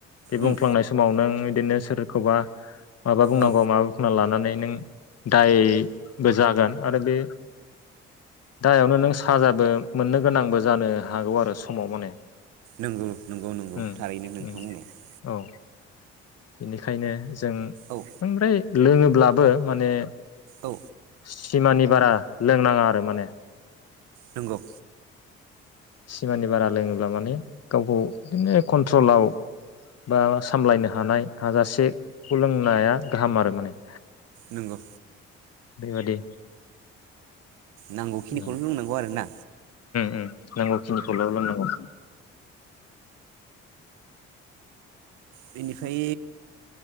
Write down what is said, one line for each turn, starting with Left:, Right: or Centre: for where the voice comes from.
Left: बे बुंफ्लांनाय
Right: उम
Left: समाव नों बिदिनो सोरखौबा माबा बुंनांगौ
Right: औ
Left: माबा बुंना लानानै नों दायबो जागोन आरो बे दायावनो नों साजाबो मोननो गोनांबो जानो हागौ आरो समाव माने
Right: नंगौ नंगौ नंगौ
Left: उम
Right: थारैनो नोंथां
Left: उम
Right: बुंनाया
Left: औ बेनिखायनो जों
Right: औ
Left: बांद्राय लोङोब्लाबो माने
Right: औ
Left: सिमानि बारा लोंनां आरो माने
Right: नंगौ
Left: सिमानि बारा लोङोब्ला माने गावखौ बिदिनो कन्ट्रलाव बा सामलायनो हानाय हाजासेखौ लोंनाया गाहाम आरो माने
Right: नंगौ
Left: बेबायदि
Right: नांगौखिनिखौनो
Left: उम
Right: लोंनांगौ आरो ना
Left: उम नांगौखिनिखौल लोंनांगौ
Right: बेनिफ्राय